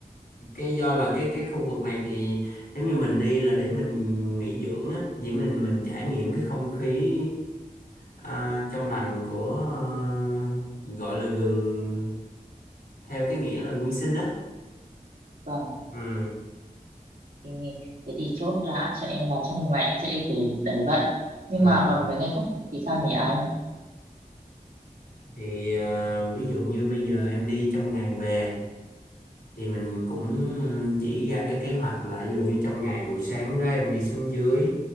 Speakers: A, on the left; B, on the right.
A: cái do là cái cái khu vực này thì giống như mình đi là để mình nghỉ dưỡng á vậy mình mình trải nghiệm cái không khí à, trong lành của ờ, gọi là rừng theo cái nghĩa là nguyên sinh đó
B: Vâng.
A: ừ.
B: Ok, Thế thì chốt là cho em làm trong ngày em sẽ đi kể đấy vậy. Nhưng
A: Ừ.
B: mà còn mấy ngày khác thì sao nhỉ anh?
A: Thì à, ví dụ như bây giờ em đi trong ngày về thì mình cũng chỉ ra cái kế hoạch là ví dụ như trong ngày buổi sáng đó em đi xuống dưới